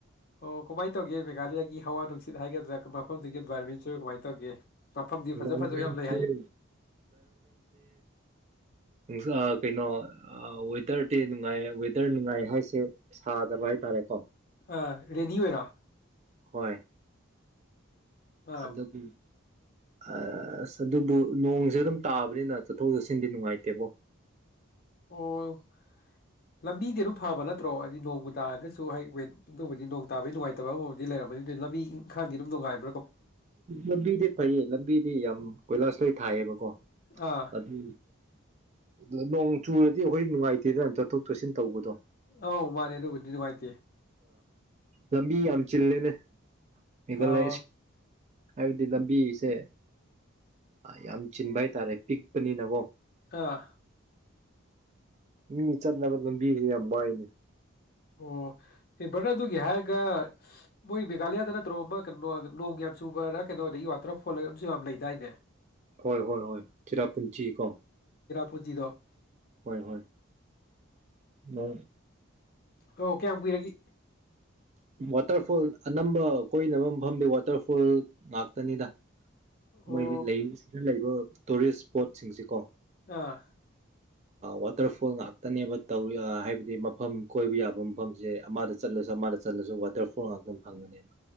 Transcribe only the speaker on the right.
ꯏꯟꯚꯥꯏꯔꯣꯟꯃꯦꯟꯁꯦ
ꯁ ꯀꯩꯅꯣ ꯋꯦꯗꯔ ꯗꯦ ꯅꯨꯡꯉꯥꯏ ꯋꯦꯗꯔ ꯅꯨꯡꯉꯥꯏ ꯍꯥꯏꯁꯦ ꯁꯥꯗꯕ ꯍꯥꯏꯇꯥꯔꯦꯀꯣ
ꯍꯣꯏ
ꯑꯗ ꯂ ꯎ ꯑꯁ ꯑꯗꯨꯕꯨ ꯅꯣꯡꯁꯦ ꯑꯗꯨꯝ ꯇꯥꯕꯅꯤꯅ ꯆꯠꯊꯣꯛ ꯆꯠꯁꯤꯟꯗꯤ ꯅꯨꯡꯉꯥꯏꯇꯦꯕꯣ
ꯂꯝꯕꯤꯗꯤ ꯐꯩꯌꯦ ꯂꯝꯕꯤꯗꯤ ꯌꯥꯝ ꯀꯣꯏꯂꯥꯁ ꯂꯣꯏ ꯊꯥꯏꯌꯦꯕꯀꯣ
ꯑꯗꯨꯗꯤ ꯑ ꯅꯣꯡ ꯆꯨꯔꯗꯤ ꯑꯩꯈꯣꯏ ꯅꯨꯡꯉꯥꯏꯇꯦꯗꯅ ꯆꯠꯊꯣꯛ ꯆꯠꯁꯤꯟ ꯇꯧꯕꯗꯣ
ꯂꯝꯃꯤ ꯌꯥꯝ ꯆꯦꯅꯦ ꯑꯩꯒꯂ
ꯍꯥꯏꯕꯗꯤ ꯂꯝꯕꯤꯁꯦ ꯌꯥꯝ ꯆꯤꯟꯕ ꯍꯥꯏꯇꯥꯔꯦ ꯄꯤꯛꯄꯅꯤꯅꯀꯣ
ꯃꯤ ꯆꯠꯅ ꯆꯠꯅ ꯕꯤ ꯌꯥꯝ ꯌꯥꯝ ꯏꯅꯦ
ꯍꯣꯏ ꯍꯣꯏ ꯍꯣꯏ ꯆꯔꯥ ꯄꯨꯨꯟꯆꯤꯀꯣ
ꯍꯣꯏ ꯍꯣꯏ ꯑ
ꯋꯥꯇꯔꯐꯣꯜ ꯑꯅꯝꯕ ꯀꯣꯏꯅꯕ ꯃꯐꯝꯗꯤ ꯋꯥꯇꯔꯐꯣꯜ ꯉꯥꯛꯇꯅꯤꯗ ꯃꯣꯏ
ꯂꯩ ꯂꯩꯕ ꯇꯨꯔꯤꯁ ꯁ꯭ꯄꯣꯠꯁꯤꯡꯁꯤ ꯀꯣ
ꯋꯥꯇꯔꯐꯣꯜ ꯉꯥꯛꯇꯅꯦꯕ ꯇꯧꯔꯤ ꯍꯥꯏꯕꯗꯤ ꯃꯐꯝ ꯀꯣꯏꯕ ꯌꯥꯕ ꯃꯐꯝꯁꯦ ꯑꯃꯗ ꯆꯠꯂꯁꯨ ꯑꯃꯗ ꯆꯠꯂꯁꯨ ꯋꯥꯇꯔꯐꯣꯜ ꯉꯥꯛꯇꯪ ꯐꯪꯕꯅꯦꯕ